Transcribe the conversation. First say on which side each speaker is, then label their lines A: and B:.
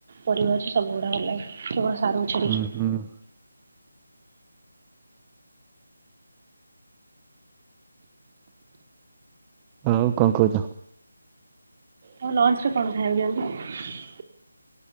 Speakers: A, on the right; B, on the right.
A: ପରିବାରଅଛି ସବୁ ଗୁଡା ଭଲ ଲାଗେ, କେବଳ ସାରୁକୁ ଛିଡିକି।
B: ହୁଁ ହୁଁ। ହଉ କଣ କହୁଛ?
A: ହଉ ଲଞ୍ଚ ରେ କଣ ଖାଇବ <unintelligible>